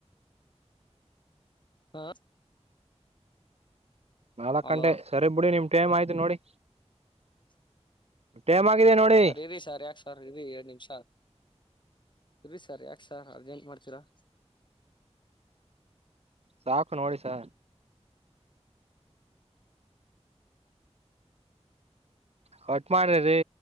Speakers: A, on the left; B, on the right.
A: ಹಾ.
B: ನಾಲ್ಕ್
A: ಹಲೋ
B: ಗಂಟೆ ಸರಿ ಬಿಡಿ ನಿಮ್ ಟೈಮ್ ಆಯ್ತು ನೋಡಿ.
A: <inaudible>
B: ಟೈಮ್ ಆಗಿದೆ ನೋಡಿ.
A: ಸರ್ ಇರಿ ಸರ್ ಯಾಕ ಸರ್ ಇರಿ ಎರಡ್ ನಿಮಷ ಇರಿ ಸರ್ ಯಾಕ ಸರ್ ಅರ್ಜೆಂಟ್ ಮಾಡ್ತೀರಾ.
B: ಸಾಕು ನೋಡಿ ಸರ. ಕಟ್ ಮಾಡ್ರಿ ರೀ.